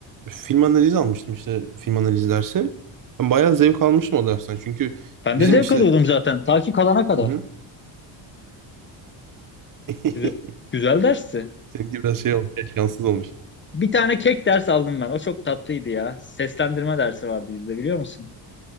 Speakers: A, on the right; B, on the left.
A: film analizi almıştım işte film analizi dersi. Ben bayağı zevk almıştım o dersten. Çünkü
B: Ben
A: bizim
B: de zevk
A: işte
B: alıyordum zaten. Ta ki kalana kadar.
A: Hı hı. <laughs>
B: Güzel, güzel dersti.
A: seninki biraz şey olmuş, şanssız olmuş.
B: Bir tane kek ders aldım ben. O çok tatlıydı ya. Seslendirme dersi vardı bizde biliyor musun?